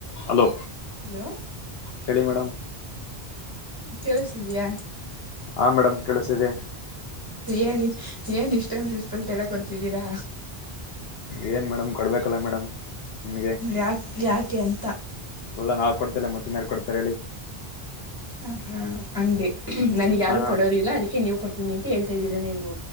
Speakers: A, on the left; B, on the left.
A: Hello
B: hello
A: ಹೇಳಿ madam
B: ಕೆಲಸ್ತಿದಿಯ
A: ಹ ಮೇಡಮ್ ಕೆಳ್ಸಿದೆ ಹೇಳಿ
B: ಏನ್ ಈ ಏನ್ ಇಷ್ಟೊಂದು ರೆಸ್ಪಾಕ್ಟ್ ಎಲ್ಲ ಕೊಡ್ತಿದ್ದೀರಾ
A: ಏನ್ ಮೇಡಮ್ ಕೊಡ್ಬೇಕಲ್ಲ ಮೇಡಮ್ ನಿಮ್ಗೆ
B: ಯಾಕೆ ಯಾಕೆ ಅಂತ
A: ಎಲ್ಲ ನಾ ಕೊಡ್ೇಲ್ಲ ಮತ್ತಿನಾರಡ್ತಾರೆ ಹೇಳಿ
B: ಹ ಹಾ ಹಂಗೆ ನನಗೆ ಯಾರು
A: ಹಾ
B: ಕೊಡೋರಿಲ್ಲ ಅದಕ್ಕೆ ನೀವು ಕೊಡ್ತೀನಿ ಅಂತ ಹೇಳ್ತಾ ಇದ್ದೀರಾ ನೀವು